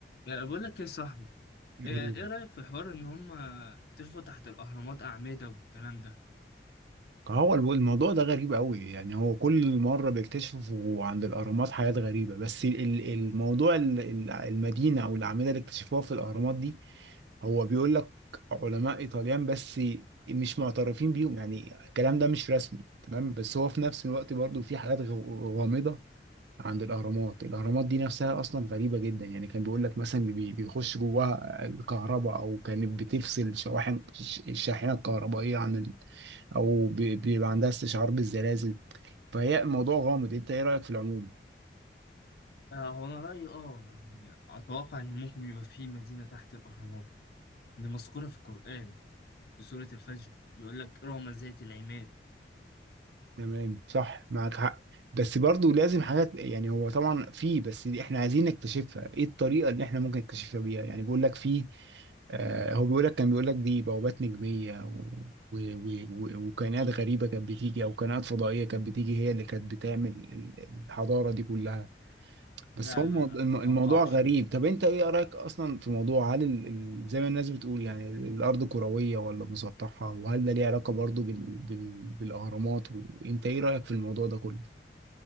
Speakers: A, on the left; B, on the right.
A: يعني بقول لك يا صاحبي
B: مم.
A: ايه إيه رأيك في حوار ان هم اكتشفوا تحت الاهرامات اعمدة والكلام ده
B: هو الو- الموضوع ده غريب قوي يعني هو كل مرة بيكتشفوا عند الأهرامات حاجات غريبة بس ال- الموضوع ال- ال- المدينة أو الأعمدة اللي اكتشفوها في الأهرامات دي هو بيقول لك علماء إيطاليان بس مش معترفين بيهم يعني الكلام ده مش رسمي تمام بس هو في نفس الوقت برضو في حاجات غ- غامضة عند الأهرامات الأهرامات دي نفسها أصلا غريبة جدا يعني كان بيقول لك مثلا بي- بيخش جواها الكهرباء أو كانت بتفصل شواحن الشاحنة الكهربائية عن او بي- بيبقى عندها استشعار بالزلازل فهي الموضوع غامض انت ايه رأيك في العموم
A: آه، هو انا رأيي اه يعني اتوقع ان ممكن يبقى في مدينة تحت الاهرامات اللي مذكورة في القرآن في سورة الفجر بيقول لك رغم ذات العماد
B: تمام صح معك حق بس برضو لازم حاجات يعني هو طبعا في بس دي احنا عايزين نكتشفها ايه الطريقة اللي احنا ممكن نكتشفها بيها يعني بيقول لك في آه هو بيقول لك كان بيقول لك دي بوابات نجمية و... و... و... و... وكائنات غريبة كانت بتيجي او كائنات فضائية كانت بتيجي هي اللي كانت بتعمل ال- الحضارة دي كلها بس
A: لا
B: هو الموض-
A: لا لا
B: الم-
A: ما اتوقعش
B: الموضوع غريب طب انت ايه رايك اصلا في موضوع هل ال... ال- زي ما الناس بتقول يعني ال- الارض كرويه ولا مسطحه وهل ده ليه علاقه برضو بال... بال... بالاهرامات وانت ايه رايك في الموضوع ده كله